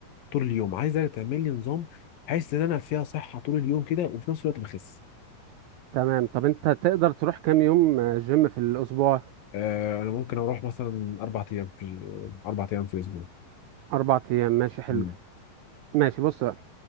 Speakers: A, on the left; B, on the right.
A: طول اليوم عايزة تعمل لي نظام حاسس إن أنا فيها صحة طول اليوم كده وفي نفس الوقت بخس
B: تمام طب انت تقدر تروح كام يوم جيم في الاسبوع
A: آه أنا ممكن أروح مثلا أربع أيام في أربع أيام في الأسبوع
B: اربع ايام ماشي حلو
A: مم.
B: ماشي بص بقى